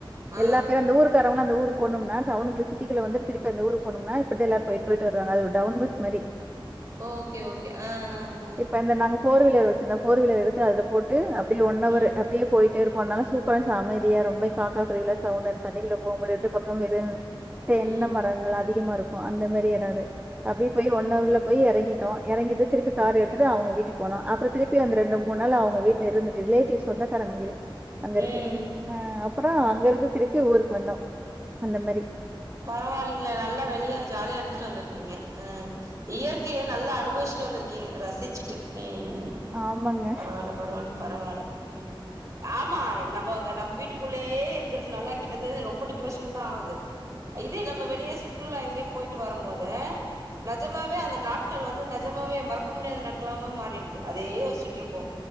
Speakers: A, on the right (about 35°); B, on the right (about 20°).
A: ஆ
B: எல்லா பேரு அந்த ஊருக் காரங்ள அந்த ஊரு போனும்னா டவுனுகுள்ள சிட்டிகுள்ள வந்துட்டு திருப்பி அந்த ஊருக்கு போனும்னா இப்டி தா எல்லா போயிட் போயிட்டு வருவாங்க அது டவுன் பஸ் மாறி
A: ஓகே ஓகே ஆ ஆ
B: இப்ப இந்த நாங்க ஃபோர் வீலர் வச்சிருந்தோ ஃபோர் வீலர் எடுத்து அதுல போட்டு அப்டியே ஒன்னா
A: ம்
B: ஊரு அப்டியே போயிட்டே இருப் போனாலு சூப்பரான்ச்சு அமைதியா ரொம்ப பாக்க கொள்ள சவுண்டா அந்த தண்ணிக்குள்ள போக ரெண்டு பக்கோ வெறு தென்ன
A: ம்
B: மரங்கள் அதிகமா இருக்கூ அந்த மாறி எடோ அது அப்டியே போய் ஒன்அவர்ல போய் எறங்கிட்டோ எறங்கிட்டு திருப்பி கார் எடுத்துட்டு அவுங்க வீட்டுக்கு போனோ அப்றோ திருப்பி அந்த ரெண்டு மூண் நாள் அவுங்க வீட்ல இருந்துட்டு ரிலேட்டிவ்ஸ் சொந்தக்காரங்க வீடு அங்க இருக்கு
A: ம்
B: ஆ அப்றோ அங்க இருந்து திருப்பி ஊருக்கு வந்தோ அந்த மாறி
A: பரவாயில்லைங்கள நல்லா வெளிய ஜாலியா இருந்துட்டு வந்திருக்கீங்க உம் இயற்கைய நல்லா அனுபவிச்சிட்டு வந்திருக்கீங்க ரசிச்சிட்டு ம்
B: ஆமாங்க.
A: பரவாயில்ல பரவாயில்ல பரவாயில்ல ம் ஆமா நம்ம நம்ப வீட்டுக்குள்ளயே இருக்கறதுனால கிட்டத்தட்ட ரொம்ப டிப்ரெஷன் தா ஆவுது இதே நம்ம வெளிய சுற்றுலா எங்கையே போயிட்டு வரும் போது நெஜமாவே அந்த நாட்கள் வந்து நெஜமாவே மறக்க முடியாத நாட்கள்லாவும் மாறிடுது அதே யோசிச்சிட்டு இருக்கோ